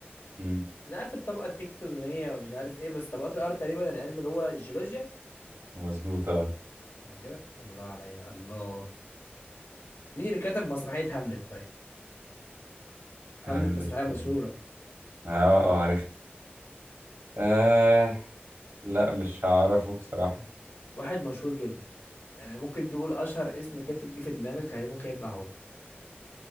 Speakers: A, on the right; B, on the left.
A: مم،
B: انا عارف الطبقة التكتونية ومش عارف ايه بس طبقات الارض تقريبا العلم اللي هو الجيولوجيا
A: مظبوط أه
B: صح كده الله عليا الله مين اللي كتب مسرحية هاملت طيب
A: هاملت
B: هاملت مسرحية مشهورة
A: هاملت ما- اه اه عارف آه لا مش هعرفه بصراحة
B: واحد مشهور جدا يعني ممكن تقول اشهر اسم كاتب جه في دماغك هي- ممكن يطلع هو